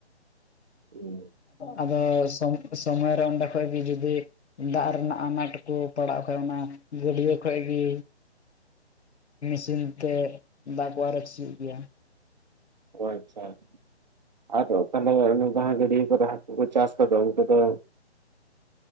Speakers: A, on the right; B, on the left.
A: <unintelligible>
B: ᱟᱫᱚ ᱥᱚᱢ ᱥᱚᱢᱚᱭ ᱨᱮ ᱚᱸᱰᱮ ᱠᱷᱚᱡ ᱜᱮ ᱡᱩᱫᱤ ᱫᱟᱜ ᱨᱮᱱᱟᱜ ᱟᱱᱟᱴ ᱠᱩ ᱯᱟᱲᱟᱜ ᱠᱷᱟᱱ ᱚᱱᱟ ᱜᱟᱹᱰᱭᱟᱹ ᱠᱷᱚᱡ ᱜᱮ ᱢᱮᱥᱤᱱ ᱛᱮ ᱫᱟᱜ ᱠᱩ ᱟᱨᱮᱡ ᱦᱩᱭᱩᱜ ᱜᱮᱭᱟ᱾
A: ᱚ ᱟᱪᱪᱷᱟ ᱾ ᱟᱫᱚ ᱛᱟᱦᱚᱞᱮ ᱚᱱᱮ ᱡᱟᱦᱟ ᱜᱟᱹᱰᱭᱟᱹ ᱠᱚᱨᱮ ᱦᱟᱹᱠᱩ ᱠᱚ ᱪᱟᱥ ᱠᱚᱫᱚ ᱩᱱᱠᱩ ᱫᱚ